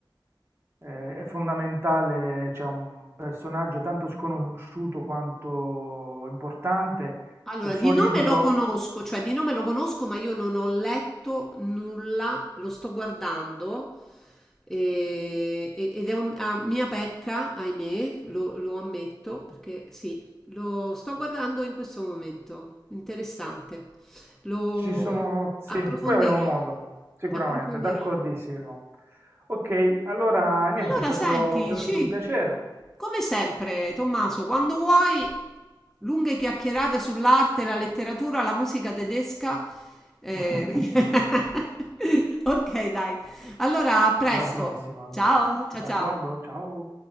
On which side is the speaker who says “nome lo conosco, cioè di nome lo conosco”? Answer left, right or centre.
Centre